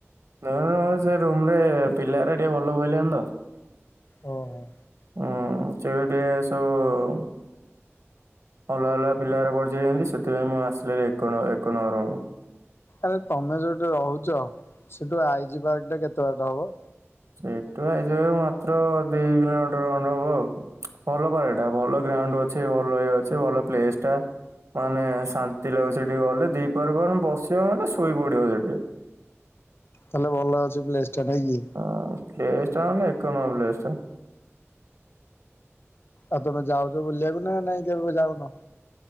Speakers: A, on the right; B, on the left.
A: ନା ନା <unintelligible> ସେ ରୁମରେ ପିଲାରା ଟିକେ ଭଲ ପ‌ଇଲେନି ତ।
B: ଓ ହୋ।
A: ହୁଁ ସିଏ ବି ଟିକେ ସବୁ ଅଲଗା ଅଲଗା ପିଲାର ପଢିଯାଇଚନ୍ତି ସେଥିପାଇଁ ମୁଁ ଆସିଲି ଏକ ନବ ଏକ ନମ୍ବର ରୁମକୁ।
B: ଆରେ ତମେ ଯୋଉଠି ରହୁଚ। ସେଠୁ ଆଇଜି ପାର୍କଟା କେତେ ବାଟ ହବ?
A: ସେଇଠୁ ଆଇଜି ପାର୍କ ମାତ୍ର ଦି କିଲୋମିଟର ଖଣ୍ଡେ ହବ ଆଉ। ଭଲ ପାର୍କଟା ଭଲ ଗ୍ରାଉଣ୍ଡ ଅଛି ଭଲ ଇଏ ଅଛି ଭଲ ପ୍ଲେସଟା।। ମାନେ ଶାନ୍ତି ଲାଗୁଚି ସେଠିକି ଗଲେ ଦିପହର ପରେ ବସିବ ମାନେ ଶୋଇପଡିବ ସେଠି।
B: ତାହେଲେ ଭଲ ଅଛି ପ୍ଲେସଟା ନାଁ କି।
A: ହଁ ପ୍ଲେସଟା ମାନେ ଏକ ନମ୍ବର ପ୍ଲେସଟା।
B: ଆଉ ତମେ ଯାଉଚ ବୁଲିବାକୁନା ନାଇଁ କେବେ ଯାଉନ?